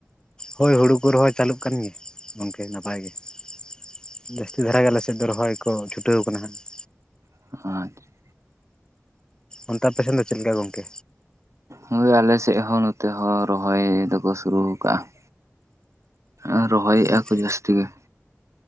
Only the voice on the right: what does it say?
ᱟᱪᱪᱷᱟ ᱾
ᱦᱚᱭ ᱟᱞᱮ ᱥᱮᱜ ᱦᱚᱸ ᱱᱚᱛᱮ ᱦᱚᱸ ᱨᱚᱦᱚᱭ ᱫᱚᱠᱚ ᱥᱩᱨᱩ ᱟᱠᱟᱜᱼᱟ ᱾ ᱟ ᱨᱚᱦᱚᱭᱮᱫᱼᱟ
ᱠᱚ ᱡᱟᱹᱥᱛᱤ ᱜᱮ ᱾